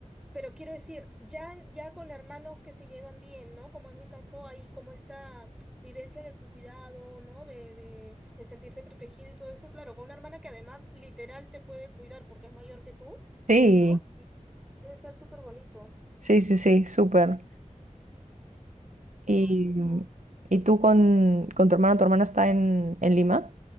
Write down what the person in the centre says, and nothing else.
Pero quiero decir, ya, ya con hermanos que se llevan bien, ¿no? Como es mi caso, hay como esta vivencia de cuidado, ¿no? De, de, de sentirse protegido y todo eso. Claro, con una hermana que además literal te puede cuidar porque es mayor que tú,
¿no? Debe ser súper bonito.
Qué
bonito.